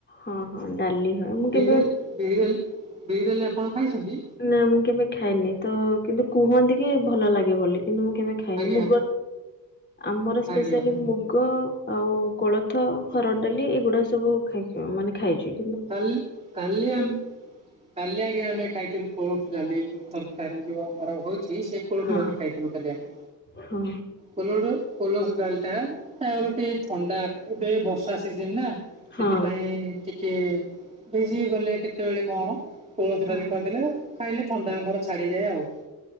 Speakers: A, on the left; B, on the right.
A: ହଁ-ହଁ ଡାଲି ହୁଏ ମୁଁ
B: ବିରେଲ
A: କେବେ
B: ବିରେଲ ବିରେଲ ଆପଣ ଖାଇଛନ୍ତି?
A: ନା ମୁଁ କେବେ ଖାଇନି ତ କିନ୍ତୁ କୁହନ୍ତି କି ଭଲ ଲାଗେ ବୋଲି। କିନ୍ତୁ ମୁଁ କେବେ ଖାଇନି
B: ଆଜ୍ଞା
A: ମୁଗ ଆମର ସ୍ପେଶାଲି
B: ଆଜ୍ଞା
A: ମୁଗ ଆଉ କୋଳଥ ହର ଡାଲି ଏଗୁଡା ସବୁ ଖାଇଚୁ ମାନେ ଖାଇଛି।
B: କାଲ୍ କଲିଆମ୍ କାଲି ଆଜ୍ଞା ଆମେ ଖାଇଥିଲୁ କୋଳଥ ଡାଲି ତରକାରୀ ଯୋଉ ଆମର ହୋଇଛି ଶେ କୋଳଥ
A: ହଁ
B: ଡାଲି ଖାଇ ଥିଲୁ କାଲି ଆମେ
A: ହଁ ହଁ
B: କୋଲୋଡ କୋଲଥ ଡାଲ୍ ଟା-ଟା ଗୋଟିଏ ଥଣ୍ଡା ବେ ବଷା ଚିଜିନ୍ ନା
A: ହଁ
B: ସେଥିପାଇଁ ଟିକେ ଭିଜି ଗଲେ କେତେବେଳେ କଣ କୋଳଥ
A: ହଁ।
B: ଡାଲି
A: ହଁ
B: କରିଦେଲେ ଖାଇଲେ ଥଣ୍ଡା ଆମର ଛାଡିଯାଏ ଆଉ